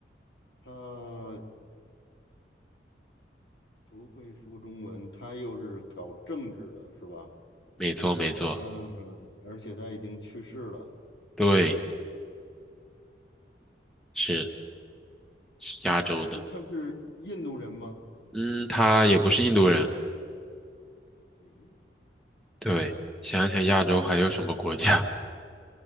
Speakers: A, on the left; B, in the centre.
A: 他不会说中文，他又是搞政治的，是吧？
B: 没错，没错，
A: 嗯，而且他已经去世了。
B: 对，是是亚洲的。
A: 那他是印度人吗？
B: 嗯，他也不是印度人。
A: 诶，
B: 对，想想亚洲还有什么国家？